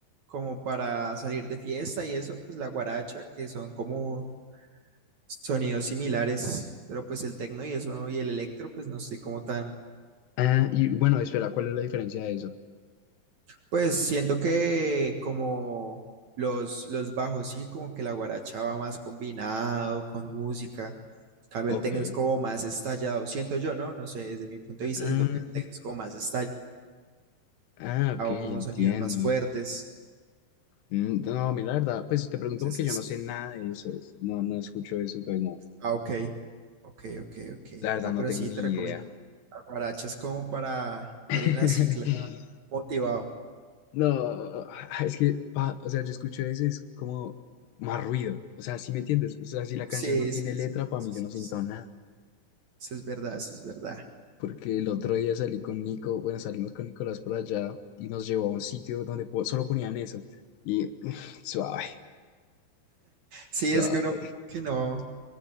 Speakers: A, on the right; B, on the left.
A: como para salir de fiesta y eso, pues la guaracha, que son como sonidos similares, pero pues el tecno y eso y el electro, pues no estoy como tan,
B: Ah, y bueno, espera, ¿cuál es la diferencia de eso?
A: Pues siento que como los, los bajos, sí, como que la guaracha va más combinado con música. En Cambio
B: Ok.
A: el tecno es como más estallado. Siento yo, ¿no? No sé, desde mi punto de vista,
B: Ah,
A: siento que el tecno es como más estallado,
B: ah, ok, entiendo.
A: como sonidos más fuertes.
B: Mm, No, mira, la verdad, pues te pregunto
A: Entonces
B: porque
A: es...
B: yo no sé nada de eso, es- no, no escucho eso, entonces no,
A: Ah, ok. Ok, ok, ok.
B: la verdad
A: No,
B: no
A: pero
B: tengo
A: sí
B: ni
A: te recomiendo.
B: idea.
A: La guaracha es como para ir
B: <laughs>
A: en la cicla motivado.
B: No, es que, pa- o sea, yo escucho eso, y es como más ruido, o sea, si me entiendes? O sea, si la
A: Sí,
B: canción no tiene
A: sí,
B: letra,
A: sí, sí,
B: para
A: eso
B: mí
A: sí
B: yo no siento
A: es
B: nada,
A: eso es verdad, eso es verdad.
B: porque el otro día salí con Nico, bueno, salimos con Nicolás por allá y nos llevó a un sitio donde po- solo ponían eso, y <laughs> suave, suave,
A: Sí, es que uno como que no.